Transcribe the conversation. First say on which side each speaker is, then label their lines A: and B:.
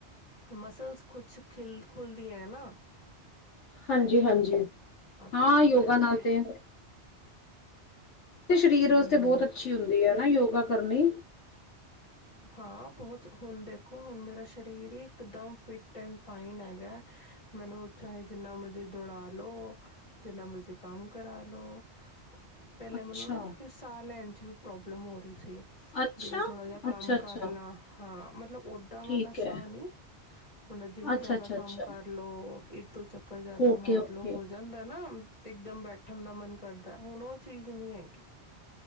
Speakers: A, on the left; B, on the left.
A: ਮਸਲਸ ਕੁਛ ਖਿਲ ਖੁਲਦੀ ਐਨਾ।
B: ਹਾਂਜੀ। ਹਾਂਜੀ ਹਾਂ
A: ਤਾਂ
B: ਯੋਗਾ
A: ਕਰਕੇ
B: ਨਾਲ ਤੇ ਸਰੀਰ
A: ਹਮ
B: ਵਾਸਤੇ ਬਹੁਤ ਅੱਛੀ ਹੁੰਦੀ ਐਨਾ ਯੋਗਾ ਕਰਨੀ।
A: ਹਾਂ ਬਹੁਤ ਹੁਣ ਦੇਖੋ ਹੁਣ ਮੇਰਾ ਸਰੀਰ ਹੀ ਇਕਦਮ ਫਿਟ ਐਂਡ ਫਾਈਨ ਹੈਗਾ ਮੈਨੂੰ ਚਾਹੇ ਜਿੰਨਾ ਮਰਜੀ ਦੌੜਾ ਦੋ, ਜਿਨ੍ਹਾਂ ਮਰਜੀ ਕੰਮ ਕਰਾ ਲੋ ਪਹਿਲੇ
B: ਅੱਛਾ,
A: ਮੰਨੂੰ ਨਾਂ ਥੋੜ੍ਹੀ ਸਾਹ ਲੈਣ ਚ ਵੀ ਪ੍ਰੋਬਲਮ ਹੋ ਰਹੀ ਸੀ।
B: ਅੱਛਾ,
A: ਜਿਵੇਂ ਥੋੜਾ ਜਿਹਾ ਕੰਮ
B: ਅੱਛਾ-ਅੱਛਾ
A: ਕਰ ਲਾਂ ਹਾਂ ਮਤਲਬ ਓਦਾਂ
B: ਠੀਕ
A: ਵਾਲਾ
B: ਐ।
A: ਸਾਹ ਨੀ ਮਤਲਬ ਜਿਵੇਂ
B: ਅੱਛਾ-ਅੱਛਾ-ਅੱਛਾ
A: ਜਿਆਦਾ ਕੰਮ ਕਰ ਲੋ ਇੱਕ ਦੋ ਚੱਕਰ ਜ਼ਿਆਦਾ
B: ਓਕੇ-ਓਕੇ
A: ਮਾਰ ਹੋ ਜਾਂਦਾ ਨਾ ਇਕਦਮ ਬੈਠਣ ਦਾ ਮਨ ਕਰਦਾ ਹੁਣ ਉਹ ਚੀਜ਼ ਨ੍ਹੀਂ ਹੈਗੀ।